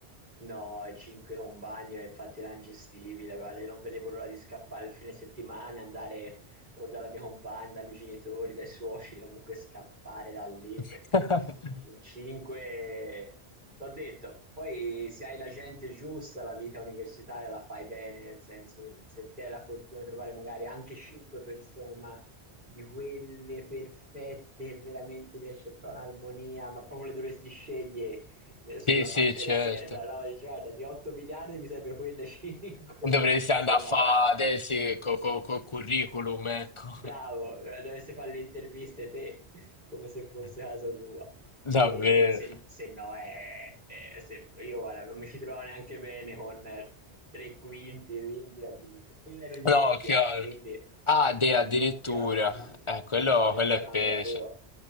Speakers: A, on the right (about 45°); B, on the left (about 35°).
A: No, i 5 con bagno è infatti era ingestibile, guarda, io non vedevo l'ora di scappare il fine settimana, andare o dalla mia compagna, dai miei genitori, dai suoceri, comunque scappare da lì
B: <laughs>
A: perché in 5 t'ho detto, poi se hai la gente giusta, la vita universitaria la fai bene, nel senso che se ti hai la fortuna di trovare magari anche 5 persone, ma di quelle perfette che veramente riesci a trovare un'armonia, ma proprio le dovresti scegliere ehm, sulla
B: Sì, sì,
A: faccia
B: certo.
A: della terra, no? Dici, guarda, di 8 miliardi mi serve quelle 5,
B: Dovresti
A: <laughs>
B: andare
A: se no,
B: a fare adesso col curriculum, ecco.
A: bravo, eh, dovresti fare le interviste te, <laughs> come se
B: <laughs>
A: fosse casa tua.
B: Davvero.
A: E se, se no è, è- se- io guarda, non mi ci trovo neanche bene con eh, tre quinti, quindi addirittura. Poi ero in
B: No,
A: doppia,
B: chiaro.
A: quindi
B: Ah, de- addirittura.
A: in doppia pff,
B: Eh, quello,
A: neanche
B: quello
A: la
B: è
A: camera
B: peso.
A: tua.